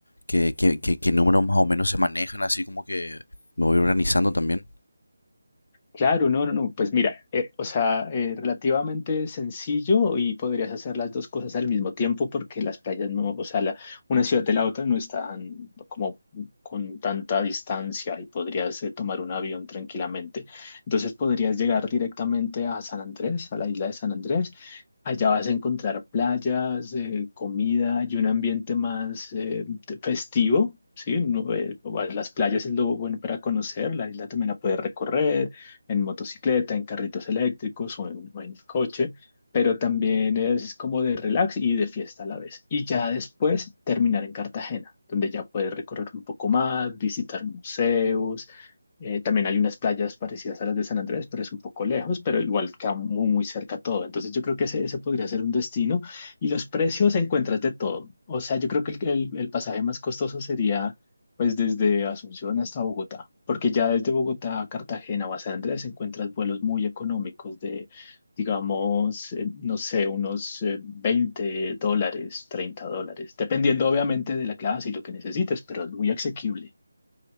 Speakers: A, on the left (about 70°); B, on the left (about 25°).
A: qué, qué, qué, qué números más o menos se manejan, así como que me voy organizando también.
B: Claro, no, no, no. Pues mira, eh, o sea, eh, relativamente sencillo y podrías hacer las dos cosas al mismo tiempo porque las playas no, o sea, la- una ciudad de la otra no están como con tanta distancia y podrías eh, tomar un avión tranquilamente. Entonces podrías llegar directamente a San Andrés, a la isla de San Andrés. Allá vas a encontrar playas, eh, comida y un ambiente más eh, de- festivo. Sí, No, eh, las playas es lo bueno para conocer, la isla también la puedes recorrer en motocicleta, en carritos eléctricos o en, o en coche, pero también es como de relax y de fiesta a la vez. Y ya después terminar en Cartagena, donde ya puedes recorrer un poco más, visitar museos. Eh, también hay unas playas parecidas a las de San Andrés, pero es un poco lejos, pero igual queda muy, muy cerca todo. Entonces yo creo que ese, ese podría ser un destino. Y los precios encuentras de todo. O sea, yo creo que el, el- el pasaje más costoso sería pues desde Asunción hasta Bogotá, porque ya desde Bogotá a Cartagena o a San Andrés encuentras vuelos muy económicos de, digamos, eh, no sé, unos eh, 20 dólares, 30 dólares, dependiendo obviamente de la clase y lo que necesites, pero es muy asequible.